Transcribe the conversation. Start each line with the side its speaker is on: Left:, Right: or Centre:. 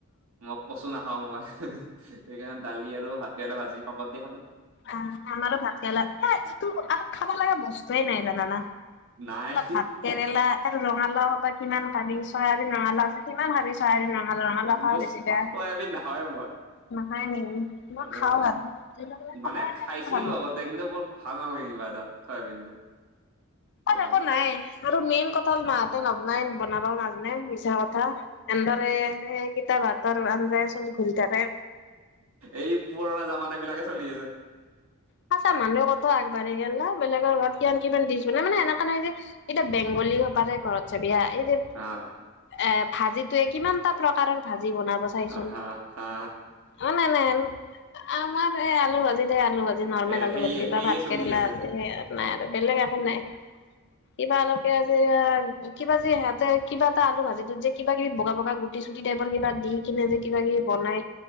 Right: মই কচু নাখাও মই সেইকাৰণে দালি আৰু ভাত কেৰেল ভাজি পাপত দি খালো
Left: আহ আমাৰো ভাত খেলা আৰু খাবা লগা বস্তুৱে নাই জানানা
Right: নাই
Left: ভাত কেৰেলা ৰঙালাও বা কিমান কালি চৰা আ নঙালাও আ কিমান ভাবি চাৰে নঙাল ৰঙালা খা
Right: মই
Left: বেছিক নাই
Right: চয়াবিন নাখাওঁৱে মই
Left: ন মই
Right: আহ,
Left: খাওঁ আৰু
Right: মানে
Left: খাই
Right: খাইছিলো
Left: থাকিব ভাল লাগে।
Right: আগতে কিন্তু বৰ ভাল নালাগে কিবা এটা চয়াবিনটো সেইকাৰণে
Left: ক একৌ নাই আৰু মেইন কথা হল মাহঁতে নবনাই বনাবা নাজানাই চ কথা এধৰে গীতা ভাতৰ আে চ খুলি থাৰে
Right: এই পুৰণা জামানা বিলাকে চলি আছে
Left: সচা মানুহে কতও আগবাঢ়ি গ' ন বেলেগ
Right: উম
Left: ঘৰত কিমান কিমান দিছ বোলে মানে সেনেককা নাই যে এইটা বেংগলী হবাৰে গৰতছে বিয়া এই যে
Right: অ
Left: এ ভাজিটে কিমানটা প্ৰকাৰৰ ভাজি বনাব চাইচোন
Right: হা হা
Left: অ নাই নাই আমাৰ এই আলু ভাজিিতহে আলু ভাজি ি নৰ্মেল
Right: এ
Left: আলু
Right: সেয়ে
Left: ভাজি
Right: সেয়ে
Left: ত ভাত
Right: চলি
Left: কেৰেলা
Right: আছে
Left: আি সয়াত নাই আৰু বেলেগ একো নাই কিবা লকে আজি কিবা যে সিহঁতে কিবা এটাল ভাজিত যে কিব কিবি বগা বগা গুটি চুটি টাইপৰ কিবা দি কিনে যে কিবাাকিবি বনাই